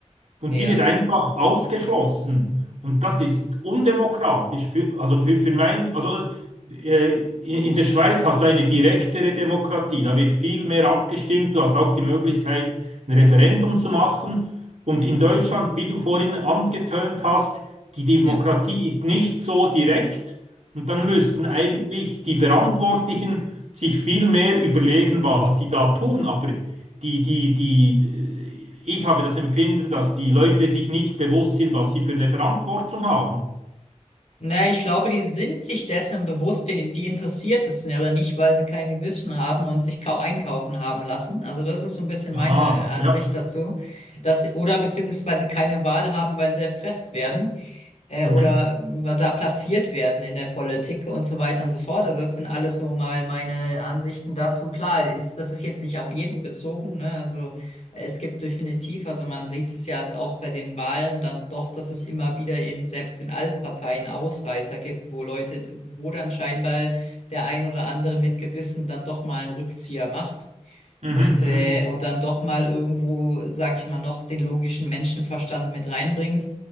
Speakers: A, on the right; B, on the left.
A: Und
B: Ja.
A: die wird einfach ausgeschlossen. Und das ist undemokratisch. Für, also für, für mein, also äh, in in der Schweiz hast du eine direktere Demokratie. Da wird viel mehr abgestimmt. Du hast auch die Möglichkeit, ein Referendum zu machen. Und in Deutschland,
B: Hm.
A: wie du vorhin angetönt hast, die Demokratie
B: Ja.
A: ist nicht so direkt. Und dann müssten eigentlich die Verantwortlichen sich viel mehr überlegen, was die da tun. Aber die, die, die, äh, ich habe das Empfinden, dass die Leute sich nicht bewusst sind, was sie für eine Verantwortung haben.
B: Naja, ich glaube, die sind sich dessen bewusst, die, die interessiert es ja aber nicht, weil sie kein Gewissen haben und sich kau einkaufen haben lassen. Also das ist so ein bisschen meine
A: Aha,
B: Ansicht
A: ja.
B: dazu, dass sie, oder beziehungsweise keine Wahl haben, weil sie erpresst werden äh,
A: Mhm,
B: oder da platziert werden in der Politik und so weiter und so fort. Also das sind alles so mal meine Ansichten dazu. Klar, ist, das ist jetzt nicht auf jeden bezogen, ne? Also äh, es gibt definitiv, also man sieht es ja jetzt auch bei den Wahlen dann doch, dass es immer wieder in selbst in Altparteien Ausreißer gibt, wo Leute, wo dann scheinbar der ein oder andere mit Gewissen dann doch mal einen Rückzieher macht
A: mhm,
B: und,
A: mhm.
B: äh, und dann doch mal irgendwo, sag ich mal, noch den logischen Menschenverstand mit reinbringt.